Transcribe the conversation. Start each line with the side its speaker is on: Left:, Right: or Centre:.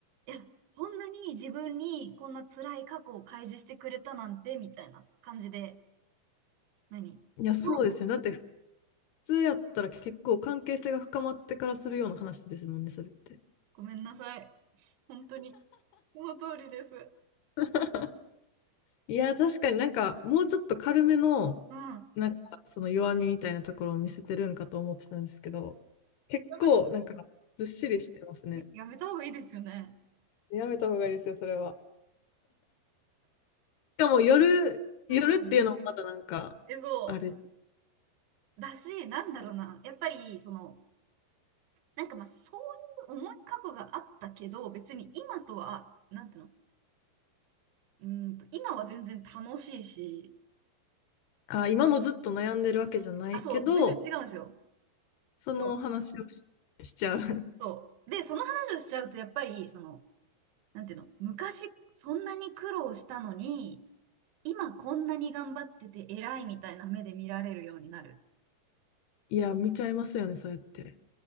Right: いや、こんなに自分にこんな辛い過去を開示してくれたなんて、みたいな感じで、何心、
Left: いや、
Right: ご
Left: そうですよ。だって、普通やったら結構関係性が深まってからするような話ですもんね、それって。
Right: ごめんなさい。本当に、その通りです。
Left: <laughs> いや、確かになんか、もうちょっと軽めの、
Right: うん。
Left: なんか、その弱みみたいなところを見せてるんかと思ってたんですけど、結構、
Right: やばい。
Left: なんか、ずっしりしてますね。
Right: えやめた方がいいですよね。
Left: やめた方がいいですよ、それは。しかも、夜、
Right: うん。
Left: 夜っていうのもまだなんか、
Right: え、そ
Left: あれ、
Right: う。だし、なんだろうな。やっぱり、その、なんかまあ、そういう重い過去があったけど、別に今とは、なんていうのうーんと、今は全然楽しいし、
Left: あ、今もずっと悩んでるわけじゃないけど、
Right: あ、そう、全然違うんですよ。
Left: その話をし、
Right: そう、
Left: しちゃう。<laughs>
Right: そう。で、その話をしちゃうと、やっぱり、その、なんていうの昔、そんなに苦労したのに、今こんなに頑張ってて偉いみたいな目で見られるようになる。
Left: いや、見ちゃいますよね、そうやって。